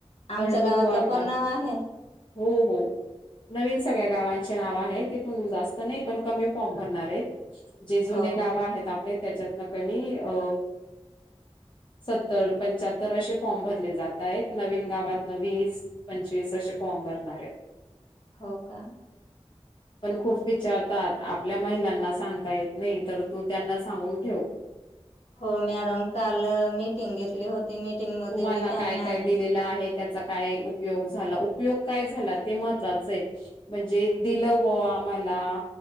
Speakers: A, on the left (about 70°); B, on the left (about 45°).
A: आमच्या
B: पण बघू
A: गावाचं
B: आता
A: पण नाव आहे.
B: हो हो नवीन सगळ्या गावांचे नाव आहे तिथून जास्त नाही पण कमी फॉर्म भरणार आहेत. जे जुने
A: हो
B: गाव आहेत. आप त्याच्यातन कणी अ सत्तर पंच्याहत्तर असे फॉर्म भरले जात आहेत. नवीन गावातन वीस पंचवीस असे फॉर्म भरणार आहेत.
A: हो का?
B: पण खूप विचारतात आपल्या महिलांना सांगता येत नाही तर तू त्यांना सांगून ठेव.
A: हो मॅडम काल मीटिंग घेतली होती मिीटिंगमध्ये
B: तुम्हाला
A: मी त्यांना
B: काय काय दिलेलं आहे त्याचा काय उपयोग झाला उपयोग काय झाला ते महत्वाच आहे. म्हणजे दिलं व आम्हाला